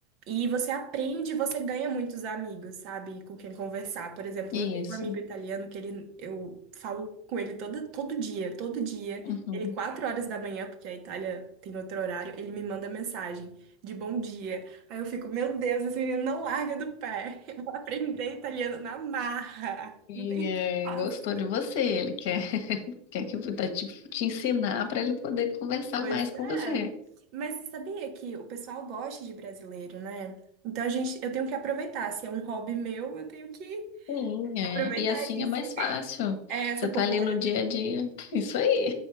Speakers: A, on the right (about 35°); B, on the left (about 60°).
A: E você aprende, você ganha muitos amigos, sabe? Com quem conversar. Por exemplo,
B: Isso.
A: eu tenho um amigo italiano que ele, eu falo com ele todo, todo dia, todo dia.
B: uhum.
A: Ele, quatro horas da manhã, porque a Itália tem outro horário, ele me manda mensagem de bom dia. Aí eu fico, meu Deus, esse menino não larga do pé. <laughs> Eu vou aprender italiano na marra.
B: E
A: Não tem
B: é,
A: o que fazer.
B: gostou de você, ele quer, <laughs> quer que tá te, te ensinar para ele poder conversar
A: Pois
B: mais com
A: é.
B: você.
A: Mas sabia que o pessoal gosta de brasileiro, né? Então a gente, eu tenho que aproveitar. Se é um hobby meu, eu tenho que
B: Sim, é.
A: aproveitar
B: E assim
A: isso.
B: é mais fácil.
A: É, essa
B: Você tá
A: popularidade.
B: ali no dia a dia. Isso aí.